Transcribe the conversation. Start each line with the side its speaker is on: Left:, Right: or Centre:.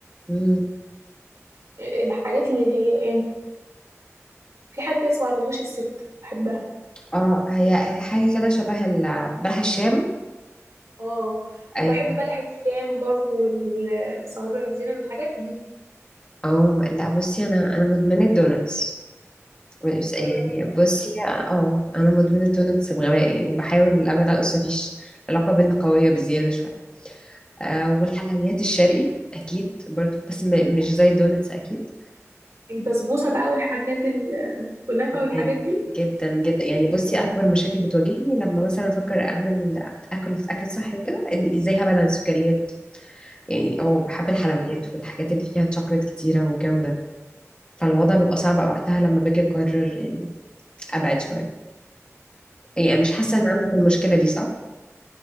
Left: امم
Right: الحاجات اللي هي ايه في حاجة اسمها رموش الست بحبها
Left: اه هي هي حاجه كده شبه ال- بلح الشام
Right: اه وبحب
Left: ايوه
Right: بلح الشام برضو والصوابع الزينب الحاجات دي
Left: اه لا بصي انا انا مدمنه الدونتس مش
Right: والدونات
Left: يعني بصي اه انا مدمنه دونتس بغباء يعني بحاول ابعد اصلا مفيش العلاقه بينا قويه بزياده شويه أه والحلويات الشرقي اكيد برضو بس م مش زي الدونتس اكيد
Right: البسبوسة بقى والحاجات الكنافة والحاجات
Left: جدا
Right: دي
Left: جدا جدا يعني بصي اكبر مشاكل بتواجهني لما مثلا افكر اعمل اكل اكل صحي وكده إن ازاي هبعد عن السكريات يعني اه بحب الحلويات
Right: آه.
Left: والحاجات اللي فيها شوكليت كتيره والجو ده فالوضع بيبقى صعب وقتها لما باجي اقرر يعني ابعد شويه يعني أنا مش حاسه ان عندك المشكله دي صح